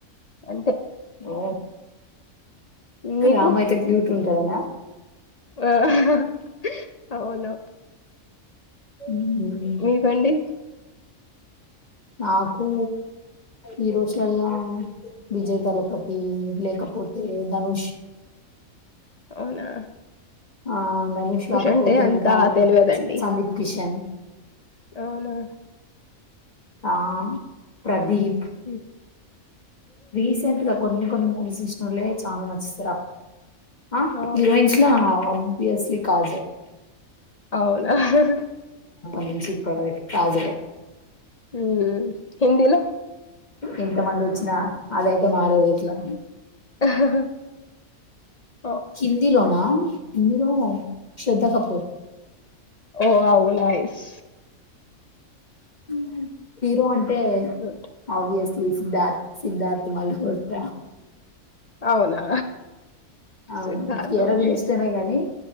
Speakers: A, on the left; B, on the left.
A: అంతే
B: ఓ
A: మీకు?
B: రామ్ అయితే క్యూట్ ఉంటాడానా
A: ఆ హా అవును
B: ఉమ్
A: మీకండి
B: నాకు ఈ రోజులలో విజయ్ తలపతి లేకపోతే ధనుష్
A: అవునా
B: ఆ ధనుష్ కాకపోతే
A: అంటే అంత
B: ఇంకా
A: తెలియదండి.
B: సందీప్ కిషన్
A: అవునా
B: ఆ ప్రదీప్
A: హ
B: రీసెంట్ గా కొన్ని కొన్ని మూవీస్ ఇష్ట ఉళ్ళ చాను నచ్చస్తరా ఆ
A: అవును.
B: హీరోయిన్స్లా బ్వియస్లీ కాజల్
A: అవును హా హా
B: ముంంచిప్ప ఇరే
A: ఉమ్ హిహంద్‌లో
B: ఇంత మంది వచ్చినా అదయితే మారేదు ఇట్లా
A: హా హా
B: కిందిలోనా కిందిలో శ్రద్ధ కపూర్
A: ఓ అవున్నాయిస్
B: ఉ ఇరు అంటే
A: గుడ్.
B: ఆబ్వియస్ సిద్ధార్థ్ మల్హోత్రా
A: అవునా
B: అవును
A: సిద్ధార్థకే
B: కియారా కూడా ఇష్టమే గాని